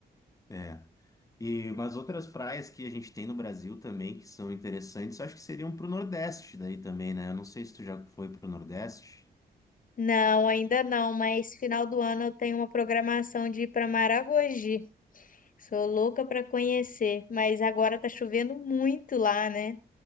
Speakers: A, on the left; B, on the left.
A: É. E umas outras praias que a gente tem no Brasil também que são interessantes, eu acho que seriam pro Nordeste daí também, né? Eu não sei se tu já foi pro Nordeste.
B: Não, ainda não, mas final do ano eu tenho uma programação de ir para Maragogi. Sou louca para conhecer, mas agora tá chovendo muito lá, né?